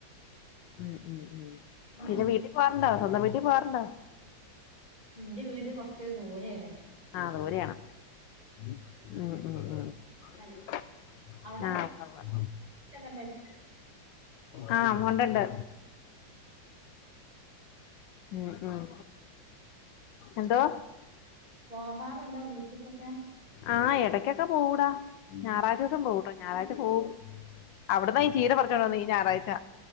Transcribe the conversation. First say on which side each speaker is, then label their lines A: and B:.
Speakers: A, on the left (about 75°); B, on the right (about 20°).
A: ഉം ഉം ഉം
B: അങ്ങനെ
A: പിന്നെ വീട്ടിൽ പോവാറുണ്ടോ? സ്വന്തം വീട്ടിൽ പോവാറുണ്ടോ?
B: ഇന്റെ വീട് കൊറച്ച് ദൂരേണ്.
A: ആഹ് ദൂരെയാ. ഉം ഉം ഉം. ആഹ്
B: കഴിയില്ല അവിടെ
A: ആഹ് ഉവ്വാ വ്വ.
B: ബീച്ചൊക്കെ ഉണ്ടോ അടുത്ത്
A: ആ <unintelligible> ണ്ടുണ്ട്. ഉം ഉം എന്തോ
B: പോഹാറുണ്ടോ ബീച്ചക്കൊക്കെ
A: ആഹ് എടക്കൊക്കെ പോവൂടാ ഞായറാഴ്ച ദിവസം പോട്ടോ ഞായറാഴ്ച പോവും അവിടന്നാ ഈ ചീര പറച്ചോണ്ട ന്ന ഈഞായറാഴ്ച